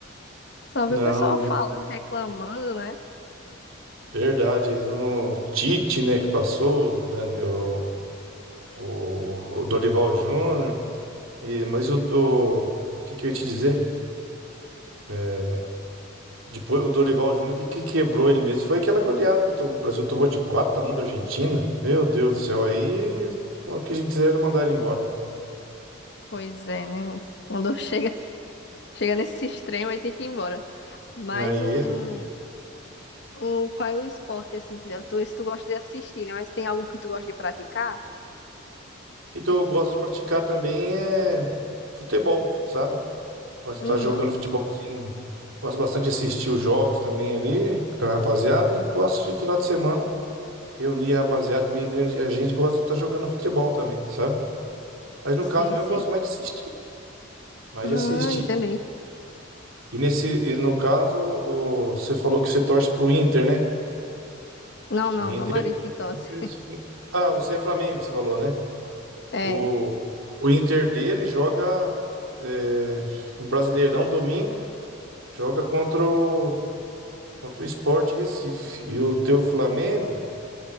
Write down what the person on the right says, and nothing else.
não,
ver-
verdade. No Tite, né, que passou, o, Dani- o, o- o Dorival Júnior. E, mas o, o o que que eu ia te dizer? É, Depois o Dorival Júnior, que, que quebrou ele mesmo, foi aquela goleada que tomou- o Brasil tomou de quatro a um da Argentina. Meu Deus do céu, aí o que a gente quiser era mandar ele embora.
Aí,
é
então eu gosto de praticar também é, futebol, sabe? Gosto de
estar jogando futebolzinho. Gosto bastante de assistir os jogos também ali com a rapaziada e gosto de final de semana reunir a rapaziada também. que A gente gosta de estar jogando futebol também, sabe? Mas no
caso meu,
eu gosto mais de assistir. Mais
de assistir.
E nesse, e no caso, o- você falou que você torce pro Inter, né?
O Inter,
Inter- Ah, você é Flamengo, você falou, né?
O, o Inter dele joga é, no Brasileirão domingo, joga contra o, contra o Sport Recife. E o teu Flamengo,